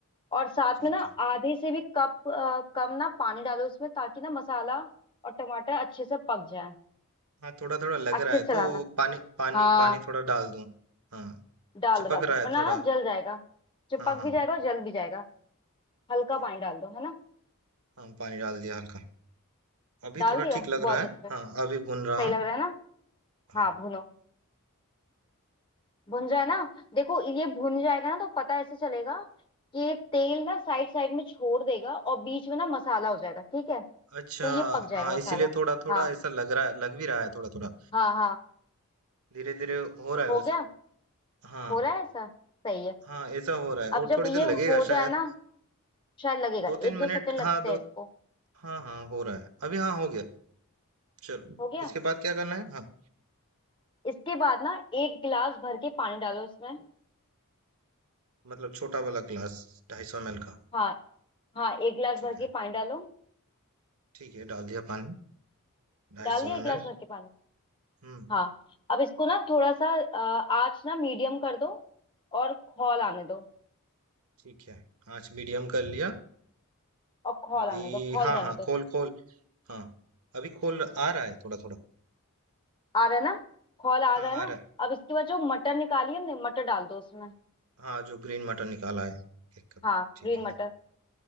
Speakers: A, on the left; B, on the right.
A: और साथ
B: ठीक
A: में ना
B: है
A: आधे से भी कप अ, कम ना पानी डालो इसमें ताकि ना मसाला और टमाटर अच्छे से पक जाए
B: हाँ थोड़ा थोड़ा लग
A: अच्छे
B: रहा है
A: से चलाना
B: तो पानी पानी
A: हाँ
B: पानी थोड़ा डाल दूं हाँ
A: डाल
B: चिपक
A: दो डाल
B: रहा
A: दो
B: है
A: वरना
B: थोड़ा
A: ना जल जाएगा जो
B: हाँ
A: पक
B: हाँ
A: भी जाएगा और जल भी जाएगा हल्का
B: ठीक
A: पानी
B: है
A: डाल दो है ना
B: हाँ पानी डाल दिया हल्का अभी
A: डाल
B: थोड़ा
A: दिया
B: ठीक लग
A: बहुत
B: रहा है
A: अच्छा है।
B: हाँ अभी भून
A: सही
B: रहा हूँ
A: लग रहा है ना
B: हाँ
A: हाँ भुनो भुन जाए ना देखो ये भुन जाएगा ना तो पता ऐसे चलेगा कि ये तेल ना साइड साइड में छोड़ देगा और बीच में ना मसाला हो जाएगा ठीक है
B: अच्छा
A: तो ये पक जाएगा
B: हाँ
A: मसाला
B: इसीलिए थोड़ा थोड़ा
A: हाँ
B: ऐसा लग रहा है लग भी रहा है थोड़ा थोड़ा
A: हाँ हाँ
B: धीरे धीरे हो रहा है
A: हो
B: वैसा
A: गया
B: हाँ
A: हो रहा है ऐसा सही है
B: हाँ ऐसा हो रहा है
A: अब
B: और
A: जब
B: थोड़ी
A: ये
B: देर लगेगा
A: हो जाए
B: शायद
A: ना शायद लगेगा
B: दो तीन
A: एक दो
B: मिनट
A: सेकंड
B: हाँ
A: लगते
B: दो
A: हैं इसको
B: हाँ हाँ हो रहा है अभी हाँ हो गया चलो
A: हो गया
B: इसके बाद क्या करना है हाँ
A: इसके बाद ना एक गिलास भर के पानी डालो इसमें
B: मतलब छोटा वाला ग्लास ढाई सौ ml का
A: हाँ हाँ एक गिलास
B: ठीक
A: भर के
B: है
A: पानी डालो
B: ठीक है डाल दिया पानी ढाई
A: डाल
B: सौ
A: दिया एक
B: एम
A: गिलास
B: एल
A: भर के पानी
B: हम्म
A: हाँ अब इसको ना थोड़ा सा अ, आँच ना मीडियम कर दो और खौल आने दो
B: ठीक है आंच मीडियम कर लिया
A: और खौल
B: अभी
A: आने दो खौल
B: हाँ
A: जाने
B: हाँ
A: दो
B: खोल
A: इसको
B: खोल हाँ अभी खोल आ रहा है थोड़ा थोड़ा
A: आ रहा है ना खौल आ
B: हाँ
A: रहा है ना
B: आ रहा है
A: अब इसके बाद जो मटर निकाली हमने मटर डाल दो उसमें
B: हाँ जो ग्रीन मटर निकाला है एक कप
A: हाँ
B: ठीक
A: ग्रीन
B: है
A: मटर